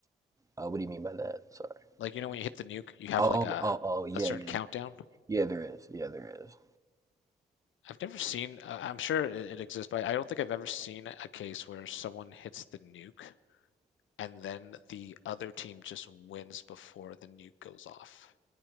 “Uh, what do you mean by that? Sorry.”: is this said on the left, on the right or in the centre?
Right